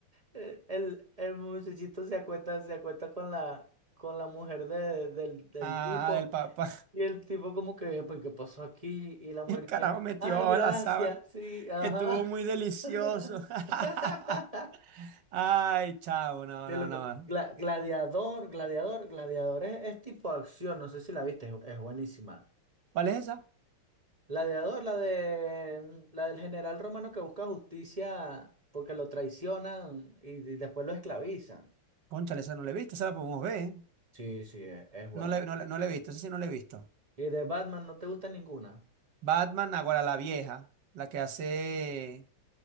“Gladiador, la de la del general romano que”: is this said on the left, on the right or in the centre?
Right